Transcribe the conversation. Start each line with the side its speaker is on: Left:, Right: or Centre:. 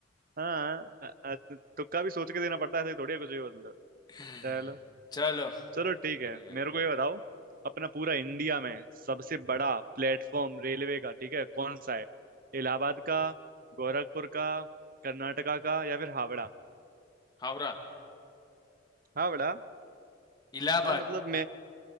Right: हाँ अ- अ- तुक्का भी सोच के देना पड़ता है ऐसे थोड़ी है कुछ भी मतलब
Left: <laughs>
Right: चलो
Left: चलो
Right: चलो
Left: ओके
Right: ठीक है
Left: हम्म,
Right: मेरे को ये बताओ अपना पूरा इंडिया में सबसे बड़ा प्लेटफॉर्म रेलवे का ठीक है कौन सा है इलाहाबाद का गोरखपुर का कर्नाटका का या फिर हावड़ा
Left: हावड़ा
Right: हावड़ा
Left: इलाहाबाद
Right: हाँ मतलब मैं